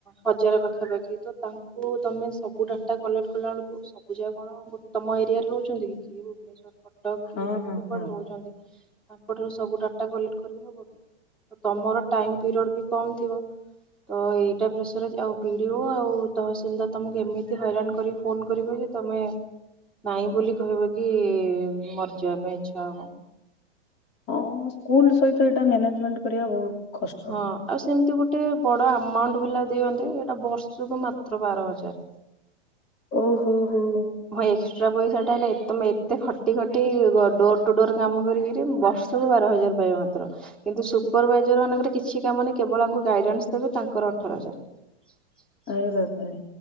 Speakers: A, in the centre; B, on the left.
A: ହଜାରେ ପାଖାପାଖି, ତ ତାଙ୍କୁ ତମେ ସବୁ ଡାଟା କଲେକ୍ଟ୍ କଲା ବେଳକୁ ସବୁ ଯାକ କଣ ଗୋ ତମ ଏରିଆରେ ରହୁ ଛନ୍ତି କି? କିଏ ଭୁବନେଶ୍ଵର, କଟକ, କିଏ
B: ହଁ
A: କେତେ
B: ହଁ
A: କୁଆଡେ
B: ହଁ।
A: ରହୁଛନ୍ତି। ତାଙ୍କ ଠାରୁ ସବୁ ଡାଟା କଲେକ୍ଟ୍ କରିହବକି, ତମର ଟାଇମ୍ ପିରିୟଡ ବି କମ୍ ଥିବ। ତ ଏଇଟା ପ୍ରେସରାଇଜ, ଆଉ ବିଡିଓ ଆଉ ତହସିଲଦାର ତମକୁ ଏମିତି ହଇରାଣ କରି ଫୋନ କରିବେ ଯେ ତମେ ନାଇଁ ବୋଲି କହିବ କି, ମରିଯିବା ପାଇଁ ଇଚ୍ଛା ହବ।
B: ହଁ, ସ୍କୁଲ ସହିତ ଏଇଟା ମ୍ୟାନେଜମେଣ୍ଟ କରିବା ବହୁତ କଷ୍ଟ।
A: ହଁ, ଆଉ ସେମିତି ଗୋଟେ ବଡ ଆମାଉଣ୍ଟ ଭଲା ଦିଅନ୍ତେ, ଏଇଟା ବର୍ଷକୁ ମାତ୍ର ବାର ହଜାର।
B: ଓ ହୋ, ହୋ।
A: ହଁ ଏକ୍ସଟ୍ରା ପଇସା ଟା ହେଲା, ତମେ ଏତେ ଖ ଟି ଖଟି ଡୋର ଟୁ ଡୋର୍ କାମ କରିକରି, ବର୍ଷକୁ ବାର ହଜାର ପାଇବା ମାତ୍ର। କିନ୍ତୁ ସୁପରଭାଇଜର ମାନଙ୍କର କିଛି କାମ ନାହିଁ। କେବଳ ୟାଙ୍କୁ ଗାଇଡେନ୍ସ ଦେବେ, ତାଙ୍କର ଅଠର ହଜାର। <unintelligible>
B: ଆରେ ବାପାରେ।